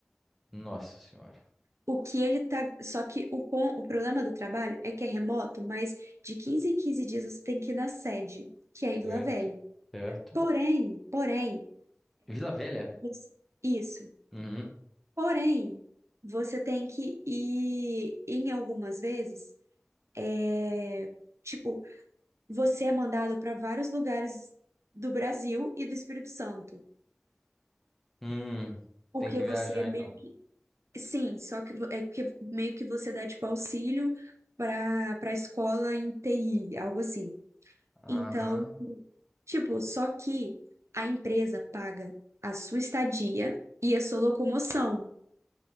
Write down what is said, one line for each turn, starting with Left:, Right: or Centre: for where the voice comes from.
Centre: Nossa senhora.
Right: O que ele tá. Só que o, pon- o problema do trabalho é que é remoto, mas de 15 em 15 dias você tem que ir na sede, que é
Centre: Certo,
Right: em Vila Velha.
Centre: certo.
Right: Porém, porém,
Centre: Vila Velha?
Right: você- isso.
Centre: Uhum.
Right: Porém, você tem que ir em algumas vezes. é, Tipo, você é mandado para vários lugares do Brasil e do Espírito Santo,
Centre: Hum,
Right: porque
Centre: tem que
Right: você
Centre: viajar
Right: meio
Centre: então.
Right: que Sim, só que vo- é que meio que você dá tipo auxílio para para escola em TI, algo assim.
Centre: Aham.
Right: Então, tipo, só que a empresa paga a sua estadia e a sua locomoção.